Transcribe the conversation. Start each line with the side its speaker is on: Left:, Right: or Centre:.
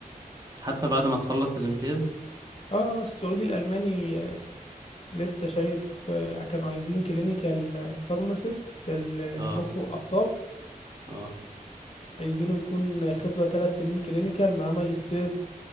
Right: حتى بعد ما تخلص الامتياز
Left: اه السعودي الألماني آه، لسه شايف آه، كانوا عايزين كلينيكال فارماسيست المخ
Right: اه
Left: وأعصاب
Right: اه
Left: عايزينه يكون خبرة ثلاث سنين كلينيكال مع ماجستير